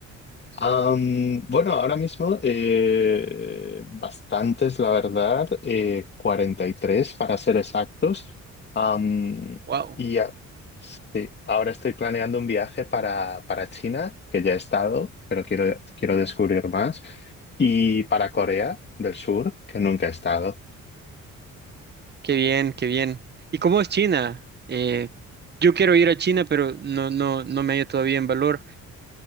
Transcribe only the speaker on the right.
Wow,
qué bien, qué bien. ¿Y cómo es China? Eh, yo quiero ir a China, pero no, no, no me hallo todavía en valor.